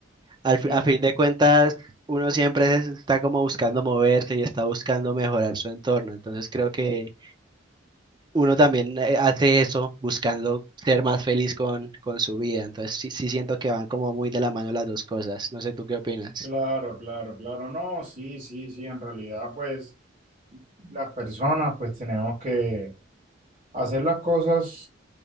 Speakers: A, on the right; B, on the right.
A: Al,
B: sí,
A: fi- a fin de cuentas, uno siempre es- está como buscando moverse y está buscando mejorar su entorno. Entonces creo que uno también eh, hace eso buscando ser más feliz con, con su vida. Entonces sí, sí siento que van como muy de la mano las dos cosas. No sé, ¿tú qué opinas?
B: claro, claro, claro, no, sí, sí, sí, en realidad, pues las personas, pues tenemos que hacer las cosas